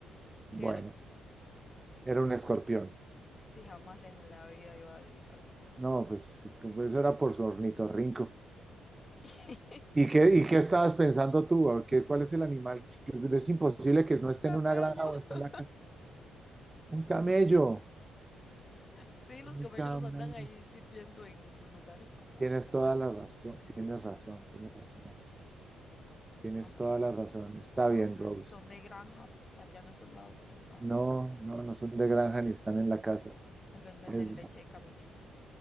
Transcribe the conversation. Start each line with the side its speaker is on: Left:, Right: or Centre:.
Left: ¿Qué
Right: bueno,
Left: era?
Right: era un escorpión.
Left: Si jamás en la vida iba a adivinarla.
Right: No, pues sí, pues eso era por su ornitorrinco.
Left: <laughs>
Right: ¿Y qué, y qué estabas pensando tú? ¿A ¿Qué, ¿Cuál es el animal? Que Es imposible que no esté
Left: Camello.
Right: en una granja o
Left: <laughs>
Right: esté en la casa. Un camello,
Left: Sí, los
Right: un
Left: camellos
Right: camello.
Left: los andan ahí sirviendo en los lugares como
Right: Tienes
Left: caballos,
Right: toda la razón, tienes razón, tienes razón, tienes
Left: aunque
Right: toda la razón. Está
Left: no
Right: bien,
Left: sé
Right: Rose.
Left: si son de granja allá en esos lados, quién sabe.
Right: No, no, no son de granja ni están en la casa.
Left: Tal vez venden
Right: Es,
Left: leche de camello.